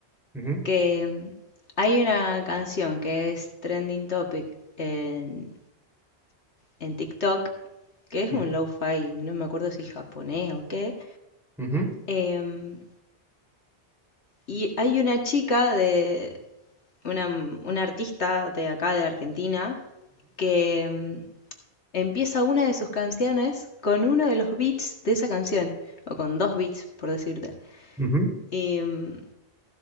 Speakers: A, in the centre; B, on the left.
A: ujú,
B: que mm, hay una canción que es trending topic en, en TikTok, que es
A: ujú,
B: un lo-fi, no me acuerdo si japonés o qué,
A: ujú,
B: em, y hay una chica de, una, mm, una artista de acá de Argentina, que em, empieza una de sus canciones con uno de los beats de esa canción, o con dos beats, por decirte.
A: ujú,
B: Y, mm,